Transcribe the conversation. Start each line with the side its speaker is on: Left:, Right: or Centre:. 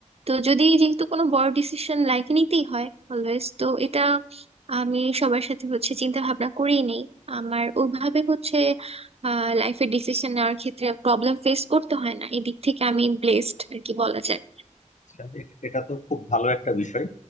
Right: তো যদি যেহেতু কোনো বড় ডিসিশন লাইফে নিতেই হয় অলওয়েজ তো এটা আমি সবার সাথে হচ্ছে চিন্তা ভাবনা করেই নেই আমার ওইভাবে হচ্ছে লাইফের ডিসিশন নেওয়ার ক্ষেত্রে প্রবলেম ফেস করতে হয় না এদিক থেকে আমি ব্লেসড আর কি বলা যায়
Left: আচ্ছা, এ- এটা তো খুব ভালো একটা বিষয়